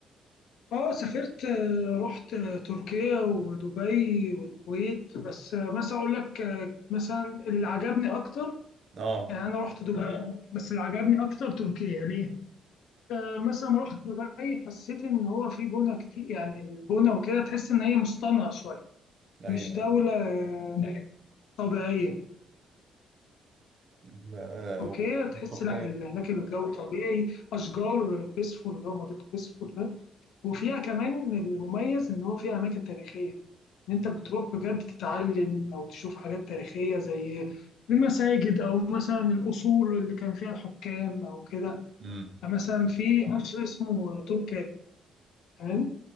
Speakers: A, on the left; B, on the right.
A: اه سافرت آه، رحت آه، تركيا ودبي والكويت بس آه، مثلا اقول لك آه، مثلا اللي عجبني اكتر
B: اه
A: يعني انا رحت دبي بس اللي عجبني اكتر تركيا ليه آه، مثلا لما رحت دبي حسيت ان هو في بنا كتير يعني البنا وكده تحس ان هي مصطنعه شويه
B: ايوه
A: مش دوله
B: ايوه
A: آه، طبيعيه
B: ما-
A: تركيا
B: و-
A: تحس
B: وتركيا
A: لا ال- هناك الجو طبيعي اشجار بيسفور اللي هو منطقه بيسفور ده وفيها كمان المميز ان هو فيها اماكن تاريخيه ان انت بتروح بجد تتعلم او تشوف حاجات تاريخيه زي المساجد او مثلا القصور اللي كان فيها الحكام او كده
B: امم
A: مثلا في قصر اسمه توبكابي تمام